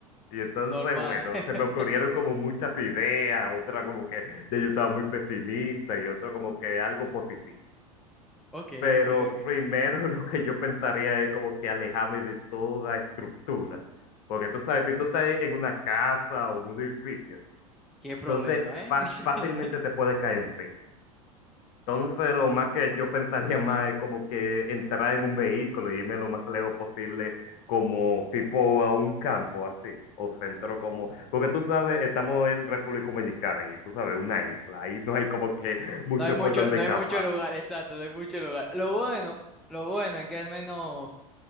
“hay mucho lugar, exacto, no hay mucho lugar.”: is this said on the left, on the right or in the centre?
Centre